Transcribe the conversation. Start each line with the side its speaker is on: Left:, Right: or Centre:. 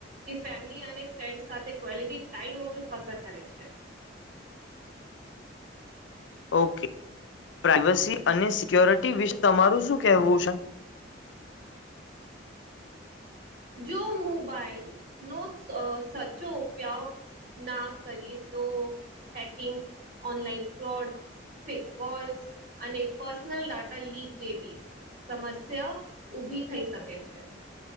Right: કે ફેમિલી અને ફ્રેન્ડ સાથે થી ટાઈમ ઓછું પસાર કરે છે
Left: <inaudible> ઓકે પ્રાઈવસી અને સિક્યોરિટી વિશે તમારું શું કેહેવું છે
Right: જો મોબાઈલ નો સાચો ઉપયોગ ના કરીએ તો hacking online fraud fake calls અને પર્સનલ ડાટા લીક જેવી સમસ્યા ઉઊભી થઈ શકે છે